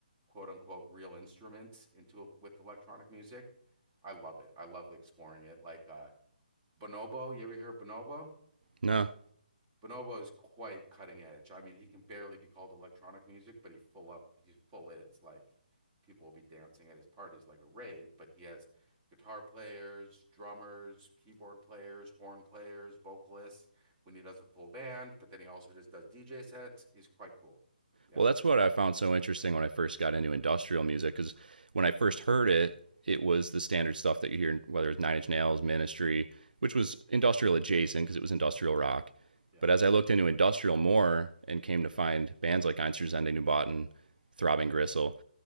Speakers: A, on the right; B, on the right.
A: quote unquote real instruments into with electronic music, I love it. I love exploring it. Like uh Bonobo, you ever hear of Bonobo?
B: No.
A: Bonobo is quite cutting edge. I mean, he can barely be called electronic music, but he full up, he full is. Like people will be dancing at his parties like a rave, but he has guitar players, drummers, keyboard players, horn players, vocalists when he does a full band, but then he also just does DJ sets. He's quite cool. Yeah.
B: Well, that's what I found so interesting when I first got into industrial music because when I first heard it, it was the standard stuff that you hear, whether it's Nine Inch Nails, Ministry, which was industrial adjacent because it was industrial rock.
A: Yeah.
B: But as I looked into industrial more and came to find bands like Einstürzende Nubauten, Throbbing Gristle,